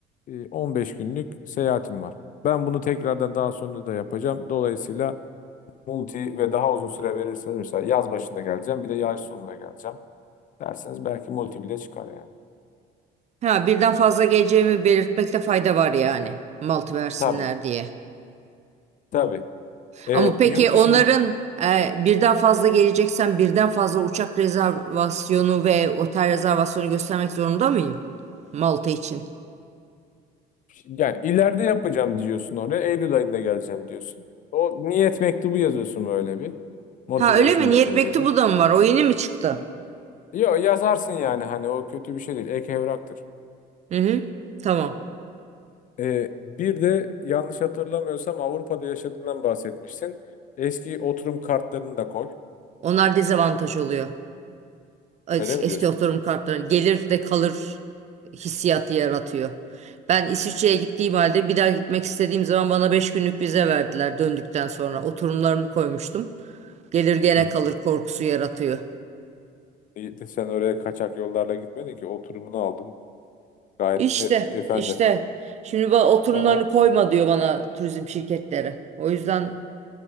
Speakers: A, on the left; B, on the right.
A: e, 15 günlük seyahatim var. Ben bunu tekrardan daha sonra da yapacağım. Dolayısıyla multi ve daha uzun süre verirseniz mesela yaz başında geleceğim bir de yaz sonunda geleceğim derseniz belki multi bile çıkar yani.
B: Ha, birden fazla geleceğimi belirtmekte fayda var yani. Malt versinler
A: Tabii
B: diye.
A: tabii. Ee,
B: Ama peki
A: yurt
B: onların
A: dışın
B: e, birden fazla geleceksen birden fazla uçak rezervasyonu ve otel rezervasyonu göstermek zorunda mıyım? Malta için.
A: Yani ileride yapacağım diyorsun oraya. Eylül ayında geleceğim diyorsun. O niyet mektubu yazıyorsun böyle bir. Motivation
B: Ha öyle mi?
A: letter
B: Niyet
A: gibi.
B: mektubu da mı var? O yeni mi çıktı?
A: Yo yazarsın yani hani o kötü bir şey değil. Ek evraktır.
B: Hı hı. Tamam.
A: Ee, bir de yanlış hatırlamıyorsam Avrupa'da yaşadığından bahsetmişsin. Eski oturum kartlarını da koy.
B: Onlar dezavantaj oluyor. Es-
A: Öyle mi
B: Eski
A: diyorsun?
B: oturum kartları gelir de kalır hissiyatı yaratıyor. Ben İsviçre'ye gittiğim halde bir daha gitmek istediğim zaman bana 5 günlük vize verdiler döndükten sonra. Oturumlarımı koymuştum. Gelir gene
A: Hı.
B: kalır korkusu yaratıyor.
A: İyi de sen oraya kaçak yollarla gitmedin ki oturumunu aldın. Gayet
B: İşte,
A: e- efendi
B: işte.
A: efendi.
B: Şimdi bana oturumlarını
A: Aa,
B: koyma diyor bana turizm şirketleri. O yüzden